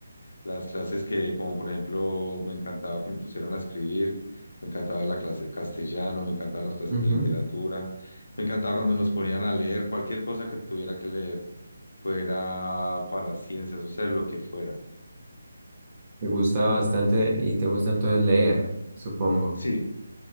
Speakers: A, on the left; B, on the right.
A: Las clases que, como por ejemplo, me encantaba que me pusieran a escribir, me encantaba la clase de castellano, me encantaban las clases
B: Ujú.
A: de literatura, me encantaba cuando nos ponían a leer cualquier cosa que tuviera que leer, fuera para ciencias sociales, lo que fuera.
B: Te gusta bastante y te gusta entonces leer, supongo.
A: Sí,